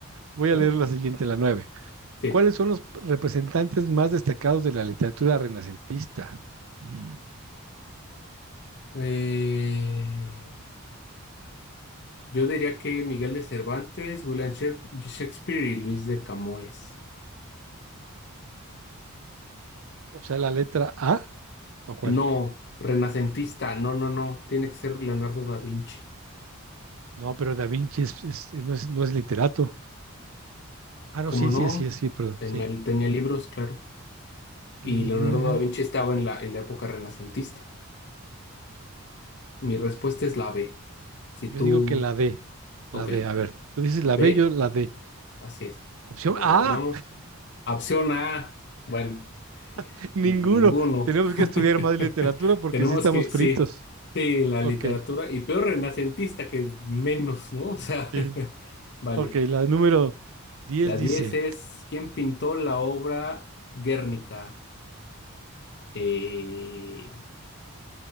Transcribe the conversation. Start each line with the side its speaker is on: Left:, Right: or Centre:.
Right: voy a
Left: Bueno,
Right: leer la siguiente, la nueve.
Left: sí.
Right: ¿Cuáles son los representantes más destacados de la literatura renacentista? Mm,
Left: Eh, yo diría que Miguel de Cervantes, William Shak- Shakespeare y Luis de Camoes.
Right: O sea, la letra A, ¿o cuál?
Left: No, renacentista, no, no, no, tiene que ser Leonardo da Vinci.
Right: No, pero Da Vinci es- es- no es, no es literato. Ah, no,
Left: Como
Right: sí,
Left: no,
Right: sí, sí, sí, perdón,
Left: tenía,
Right: sí.
Left: tenía libros, claro.
Right: Gil-
Left: Y Leonardo
Right: Gil-
Left: da Vinci estaba en la, en la época renacentista. Mi respuesta es la B. Si
Right: Yo
Left: tú,
Right: digo que la D, la
Left: ok,
Right: D, a ver, tú dices
Left: B,
Right: la B, yo la D.
Left: así es.
Right: Opción
Left: A ver,
Right: A,
Left: revelamos. Opción A, bueno,
Right: <laughs> ninguno.
Left: ninguno.
Right: Tenemos que estudiar más
Left: <laughs>
Right: literatura porque
Left: Tenemos
Right: sí estamos
Left: que,
Right: fritos.
Left: sí, sí, la
Right: Ok,
Left: literatura, y peor renacentista que menos, ¿no? O sea,
Right: sí.
Left: <laughs> vale.
Right: Ok, la número 10
Left: La
Right: dice...
Left: 10 es ¿quién pintó la obra Guernica? Eh,